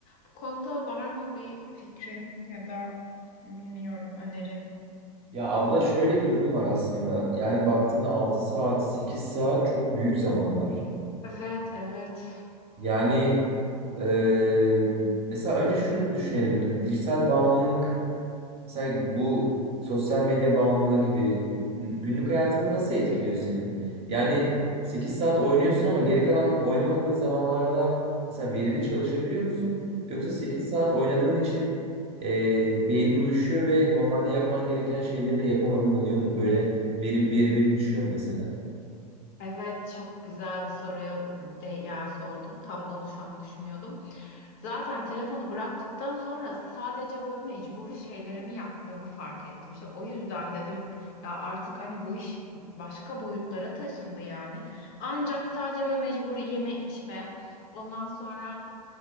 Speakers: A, on the left; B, on the right.
A: Bu konuda var mı bir fikrin ya da bilmiyorum öneri?
B: Ya abla şöyle bir durum var aslında. Yani baktığında 6 saat, 8 saat çok büyük zamanlar.
A: Evet, evet.
B: Yani eee, mesela önce şunu düşünelim. Dijital bağımlılık Sen bu sosyal medya bağımlılığı gibi günlük hayatını nasıl etkiliyor senin? Yani 8 saat oynuyorsun ama geri kalan oynamadığın zamanlarda mesela verimli çalışabiliyor musun? Yoksa 8 saat oynadığın için e, beynin uyuşuyor ve normalde yapman gereken şeyleri de yapamadığın oluyor mu? Böyle verim verimin düşüyor mu mesela?
A: Evet, çok güzel bir soruya de, yani sordun. Tam onu şu an düşünüyordum. Zaten telefonu bıraktıktan sonra sadece böyle mecburi şeylerimi yaptığımı fark ettim. İşte o yüzden dedim ya artık hani bu iş başka boyutlara taşındı yani. Ancak sadece böyle mecburi yeme içme, ondan sonra